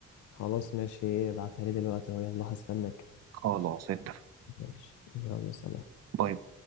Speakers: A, on the left; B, on the right.
A: خلاص ماشي ابعتها لي دلوقتي اهو يلا هستناك
B: خلاص اتفق
A: ماشي يلا سلام
B: باي باي.